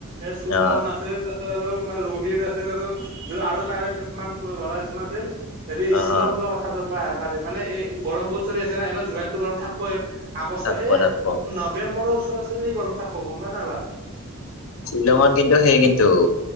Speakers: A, on the right; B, on the left.
A: এ,
B: অ
A: শুবন আছিল তা <unintelligible> ৰহিত আছিল আৰু আৰু তাৰে কিছুমান ল'ৰা কিছুমান আছিল। হেৰি
B: অ
A: শ্বিলং
B: অ
A: যোৱা কথা বায়ে বাদে মানে এই গৰম বহুত চলি আছেনা এনে জুলাইতটো গৰম থাকপয়ে। আগষ্ট
B: থাকব
A: এ,
B: থাকব
A: <unintelligible> নৱেম্বৰৰ ওচৰা উচলি গৰম থাকব' গম পা নাপা।
B: শ্বিলংট কিন্তু সেই কিন্তু